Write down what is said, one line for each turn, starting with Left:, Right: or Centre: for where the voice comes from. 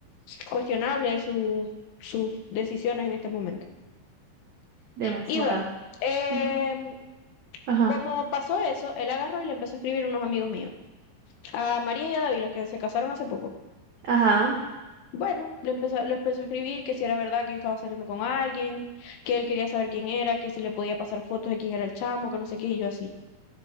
Left: cuestionable su- sus decisiones en este momento.
Right: Demasiada.
Left: Y bueno, eh,
Right: Ujú, Ajá,
Left: como pasó eso, él agarró y le empezó a escribir a unos amigos míos. A María y a David, los que se casaron hace poco.
Right: ajá.
Left: Bueno, le empezó, lo empezó a escribir que si era verdad que yo estaba saliendo con alguien, que él quería saber quién era, que si le podía pasar fotos de quién era el chamo, que no sé qué, y yo así.